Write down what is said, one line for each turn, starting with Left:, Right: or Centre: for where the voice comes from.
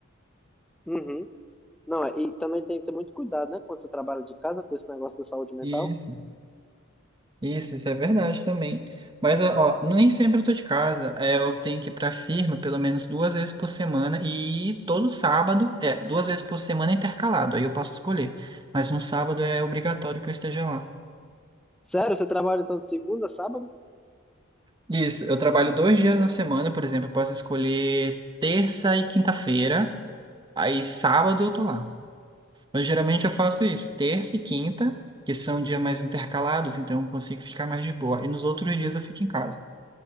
Centre: Uhum. Não, é, e também tem que ter muito cuidado, né, quando você trabalha de casa com esse negócio da saúde mental.
Right: Isso. Isso, isso é verdade também. Mas, ó, nem sempre eu tô de casa. É, eu tenho que ir pra firma pelo menos duas vezes por semana e todo sábado, é, duas vezes por semana é intercalado, aí eu posso escolher. Mas no sábado é obrigatório que eu esteja lá.
Centre: Sério, você trabalha então de segunda a sábado?
Right: Isso, eu trabalho dois dias na semana, por exemplo, eu posso escolher terça e quinta-feira, aí sábado eu tô lá. Mas geralmente eu faço isso, terça e quinta, que são dias mais intercalados, então eu consigo ficar mais de boa. E nos outros dias eu fico em casa.